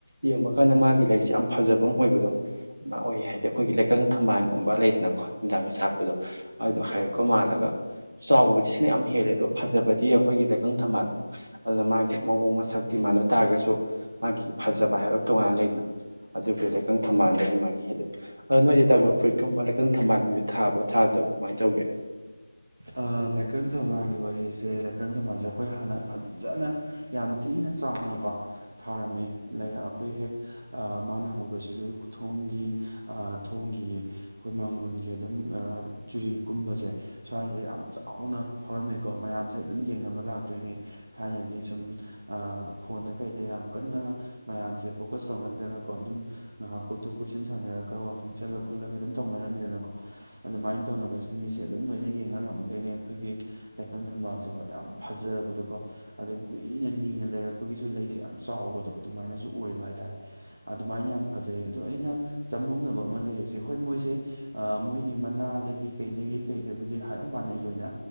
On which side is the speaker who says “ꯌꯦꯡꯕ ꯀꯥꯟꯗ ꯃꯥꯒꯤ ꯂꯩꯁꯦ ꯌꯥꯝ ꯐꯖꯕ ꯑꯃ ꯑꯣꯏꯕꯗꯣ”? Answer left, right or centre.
Right